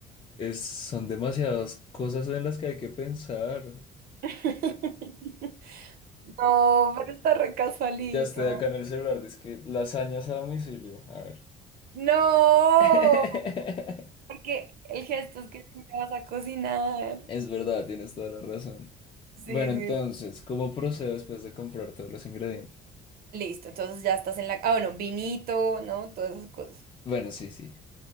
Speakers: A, on the left; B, on the right.
A: es, son demasiadas cosas en las que hay que pensar.
B: <laughs> No, pero está re casualito.
A: Ya estoy acá en el celular, dice que lasañas a domicilio, a ver.
B: No,
A: <laughs>
B: porque el gesto es que tú te vas a cocinar.
A: Es verdad, tienes toda la razón.
B: Sí,
A: Bueno, entonces,
B: sí.
A: ¿cómo procedo después de comprar todos los ingredientes?
B: Listo, entonces ya estás en la... Ah, bueno, vinito, ¿no? Todas esas cosas.
A: Bueno, sí, sí.